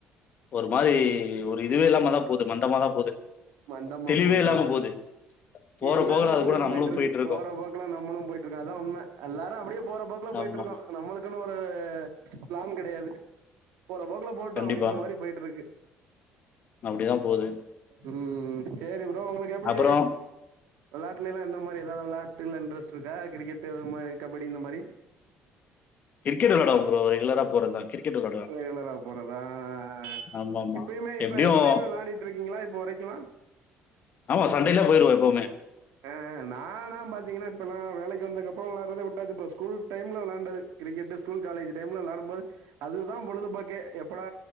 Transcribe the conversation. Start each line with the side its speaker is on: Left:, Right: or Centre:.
Left: ஒரு மாரி ஒரு இதுவே இல்லாமாதா போது மந்தமாதா போது
Right: மந்தமா
Left: தெளிவே
Right: போகுதா
Left: இல்லாம போது போற
Right: எல்லாருக்கு
Left: போக்குல அது
Right: அப்டித்தா
Left: கூட நம்மளும்
Right: போயிட்ருக்கு
Left: போயிட்டு இருக்கோம்
Right: போற போக்குல நம்மளு போயிட்ருக்கோ அதா உண்ம எல்லாரு அப்டியே போற போக் ஃபுல்லா போயிட்ருக்கோ
Left: ஆமா
Right: நம்மளுக்குன் ஒரு பிளான் கெடையாது போற போக்குல போட்டு
Left: கண்டிப்பா
Right: அப்டின்ற மாரி போயிட்ருக்கு
Left: அப்டிதான் போது
Right: ம் சேரி ப்ரோ உங்ளுக்கு எப்டி
Left: அப்புறம்
Right: வெளாட்டுலைலா எந்த மாரி எதாவ்து வெளாட்டுல இன்ட்ரெஸ்ட் இருக்கா கிரிக்கெட்டு அது மாரி கபடி இந்த மாரி
Left: கிரிக்கெட் விளாட ப்ரோ ரெகுலரா போறதா கிரிக்கெட் வெளாடுவே
Right: ரெகுலரா போறதா அ
Left: ஆமா ஆமா
Right: இப்பயுமே இப்ப
Left: எப்டியும்
Right: எப்பயுமே வெளையாடிட்ருக்கீங்ளா இப்ப வரைக்கு
Left: ஆமா சண்டைலா போயிருவே எப்பவுமே
Right: அ நானா பாத்தீங்கன்னா இப்பல்லா வேலைக்கு வந்தக்கப்பறோ வெளையாறதே விட்டாச்சு ப்ரோ ஸ்கூல் டைம்ல வெளாண்டது கிரிக்கெட்டு ஸ்கூல் காலேஜு டைம்ல வெளாடும்போது அதுதா பொழுதுபோக்கே எப்படா